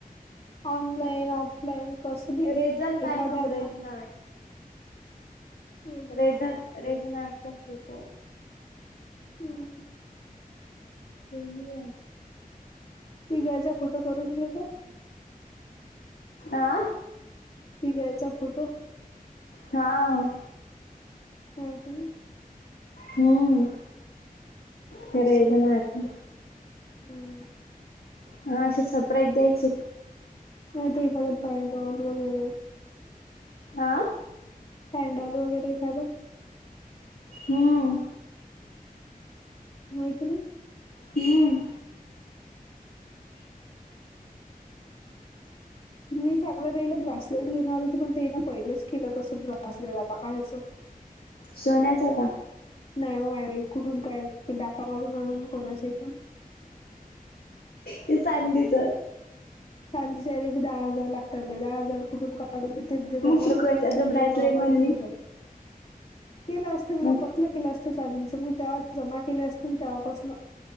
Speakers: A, on the left (about 40°); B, on the left (about 90°).
A: ऑनलाईन, ऑफलाईन कसं बी.
B: रेझन
A: एखाद्या
B: पाय मग
A: आता
B: रेझन आर्ट.
A: गुजरात
B: रेजन, रेजनआर्टचा फोटो.
A: हम्.
B: ते बी हाय.
A: तीग्याचा फोटो करून घेवू काय?
B: आ.
A: तिग्याचा फोटो.
B: हा.
A: काय पण.
B: हम्म, खरे
A: कसं
B: एक जण
A: काही
B: आरती.
A: हम्म.
B: हा असं सरप्राईज द्यायचे.
A: नाही ते एखाद पायजोल वगैरे.
B: आं.
A: सॅंडल वगैरे एखाद.
B: हम्म.
A: हाय कणी.
B: हम.
A: मी चांगलं त्याला ब्रासलेट घेणार होती, पण तेने पहिलेच केलं तसं ब्रासलेट आता कायचं. <unintelligible>
B: सोन्याचं का?
A: नाही हो माई, कुठून काय डाका मारून आणून कोणाच इथून.
B: कि चांदीच?
A: चांदीच याले बी दहा हजार लागत. तबे दहा हजार कुठून काढून, तेच देतात
B: मग
A: म्हूणन
B: नको
A: त्याचेच
B: त्याचं ब्रेसलेट
A: तेले वापस
B: म्हणली
A: देऊ का? केलं असत मी
B: मग
A: पतलं केलं असत चांदीच, मग तेव्हा जमा केले असतील तेवापसन.